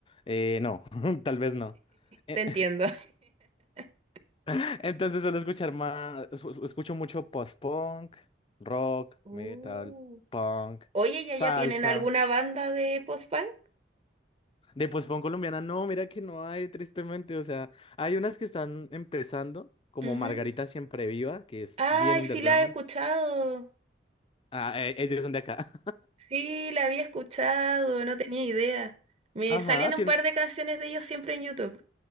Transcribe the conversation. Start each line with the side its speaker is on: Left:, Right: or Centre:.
Left: Eh, no, <laughs> tal vez no. Eh,
Right: te entiendo. <laughs>
Left: <laughs> Entonces suelo escuchar más, escu es- escucho mucho post-punk, rock,
Right: Uh,
Left: metal, punk,
Right: Oye, ¿ya,
Left: salsa.
Right: ya tienen alguna banda de post-punk?
Left: De post-punk colombiana, no, mira que no hay, tristemente. O sea, hay unas que están empezando, como
Right: Ujú.
Left: Margarita Siempre Viva, que es
Right: Ay,
Left: bien underground.
Right: sí la he escuchado.
Left: Ah, eh, ellos son de acá.
Right: Sí, la había escuchado, no tenía idea. Me
Left: <laughs> Ajá,
Right: salen un par de canciones de ellos siempre en YouTube.